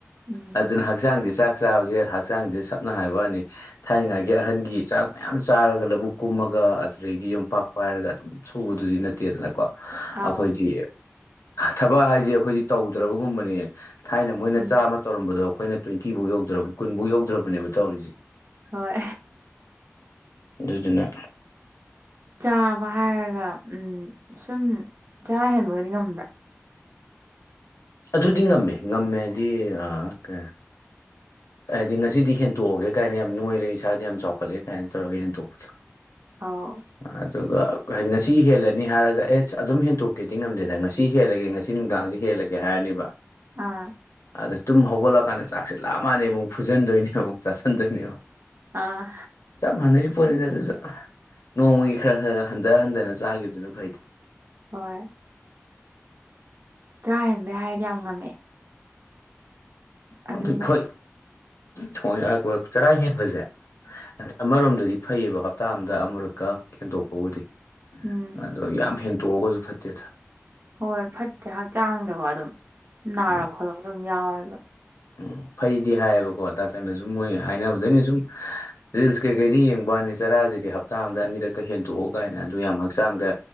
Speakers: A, on the right; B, on the left.
A: ꯎꯝ
B: ꯑꯗꯨꯅ ꯍꯛꯆꯥꯡꯁꯦ ꯆꯥꯛ ꯆꯥꯕꯁꯦ ꯍꯛꯆꯥꯡꯁꯦ ꯁꯝꯅ ꯍꯥꯏꯕꯅꯤ ꯊꯥꯏꯅꯉꯥꯏꯒꯤ ꯑꯍꯟꯒꯤ ꯆꯥꯛ ꯃꯌꯥꯝ ꯆꯥꯔꯒ ꯂꯧꯕꯨꯛ ꯀꯨꯝꯃꯒ ꯑꯗꯨꯗꯒꯤ ꯌꯣꯝꯄꯥꯛꯄ ꯍꯥꯏꯔꯒ ꯑꯗꯨꯝ ꯁꯨꯕꯗꯨꯗꯤ ꯅꯠꯇꯦꯗꯅꯀꯣ
A: ꯑꯧ
B: ꯑꯩꯈꯣꯏꯗꯤ ꯊꯕꯛ ꯍꯥꯏꯁꯦ ꯑꯩꯈꯣꯏꯗꯤ ꯇꯧꯗ꯭ꯔꯕꯒꯨꯝꯕꯅꯦ ꯊꯥꯏꯅ ꯃꯣꯏꯅ
A: ꯎꯝ
B: ꯆꯥꯝ ꯇꯧꯔꯝꯕꯗꯣ ꯑꯩꯈꯣꯏꯅ ꯇ꯭ꯋꯦꯟꯇꯤꯐꯥꯎ ꯌꯧ ꯌꯧ꯭ꯘꯔꯕꯅꯤ ꯀꯨꯟꯐꯥꯎ ꯌꯧꯗ꯭ꯔꯕꯅꯦꯕ ꯇꯧꯔꯤꯁꯦ
A: ꯍꯣꯏ
B: ꯑꯗꯨꯗꯨꯅ
A: ꯆꯥꯕ ꯍꯥꯏꯔꯒ ꯁꯨꯝ ꯆꯔꯥ ꯍꯦꯟꯕꯒꯗꯤ ꯉꯝꯕ꯭ꯔꯥ
B: ꯑꯗꯨꯗꯤ ꯉꯝꯃꯦ ꯉꯝꯃꯦꯗꯤ ꯀꯩ ꯍꯥꯏꯗꯤ ꯉꯁꯤꯗꯤ ꯍꯦꯟꯇꯣꯛꯑꯒꯦ ꯀꯥꯏꯅ ꯌꯥꯝ ꯅꯣꯏꯔꯦ ꯏꯁꯥꯗ ꯌꯥꯝ ꯆꯥꯎꯈꯠꯂꯦ ꯀꯥꯏꯅ ꯇꯧꯔꯒ ꯍꯟ ꯇꯣꯛꯄꯗ
A: ꯑꯥꯎ
B: ꯑꯗꯨꯒ ꯉꯁꯤ ꯍꯦꯜꯂꯅꯤ ꯍꯥꯏꯔꯒ ꯑꯦꯁ ꯑꯗꯨꯝ ꯍꯦꯟꯇꯣꯛꯀꯦꯗꯤ ꯉꯝꯗꯦꯗ ꯉꯁꯤ ꯍꯦꯜꯂꯒꯦ ꯉꯁꯤ ꯁꯤ ꯅꯨꯡꯗꯥꯡꯁꯦ ꯍꯦꯜꯂꯒꯦ ꯍꯥꯏꯔꯅꯤꯕ
A: ꯑꯥ
B: ꯑꯗ ꯇꯨꯝ ꯍꯧꯒꯠꯂꯀꯥꯟꯗ ꯆꯥꯛꯁꯤꯦ ꯂꯞ ꯃꯥꯟꯂꯕꯨꯛ ꯐꯖꯟꯗꯣꯏꯅꯦ ꯑꯃꯨꯛꯥꯛꯁ ꯆ
A: ꯑꯥ
B: ꯆꯞ ꯃꯥꯟꯅꯔꯤꯕ ꯄꯣꯠꯅꯤꯅ ꯑꯗꯨꯁꯨ ꯅꯣꯡꯃꯒꯤ ꯈꯔ ꯈꯔ ꯍꯟꯊ ꯍꯟꯊꯅ ꯆꯥꯈꯤꯕꯗꯨꯅ ꯐꯩꯗꯤ
A: ꯍꯣꯏ ꯆꯔꯥ ꯍꯦꯟꯕꯩ ꯍꯥꯏꯔꯗꯤ ꯌꯥꯝ ꯉꯝꯃꯦ ꯑꯗꯨꯒ
B: ꯑꯗꯨ ꯍꯣꯏ ꯊꯣꯡꯛꯄ ꯆꯔꯥ ꯍꯦꯟꯕꯁꯦ ꯑꯃꯔꯣꯝꯗꯗꯤ ꯐꯩꯌꯦꯕ ꯍꯞꯇꯥ ꯑꯃꯗ ꯑꯃꯨꯔꯛꯀ ꯈꯦꯟꯗꯣꯛꯄꯕꯨꯗꯤ
A: ꯎꯝ
B: ꯑꯗꯣ ꯌꯥꯝ ꯍꯦꯟꯇꯣꯛꯑꯒꯁꯨ ꯐꯠꯇꯦꯗ
A: ꯍꯣꯏ ꯐꯠꯇꯦ ꯍꯛꯆꯥꯡꯗꯀꯣ ꯑꯗꯨꯝ ꯅꯥꯔ
B: ꯎꯝ
A: ꯈꯣꯠꯂꯒ ꯑꯗꯨꯝ ꯌꯥꯎꯋꯦꯕ
B: ꯎꯝ ꯐꯩꯗꯤ ꯍꯥꯏꯌꯦꯕꯀꯣ ꯗꯥꯛꯇꯔꯅ ꯁꯨꯝ ꯃꯣꯏ ꯍꯥꯏꯅꯕꯗꯅꯤ ꯁꯨꯝ ꯔꯤꯜꯁ ꯀꯩꯀꯩꯗꯤ ꯌꯦꯡꯕꯅꯤ ꯆꯔꯥꯁꯤꯗꯤ ꯍꯞꯇꯥ ꯑꯃꯝꯗ ꯑꯅꯤꯔꯛꯀ ꯍꯦꯟꯗꯣꯛꯎ ꯀꯥꯏꯅ ꯑꯗꯨ ꯌꯥꯝ ꯍꯛꯆꯥꯡꯗ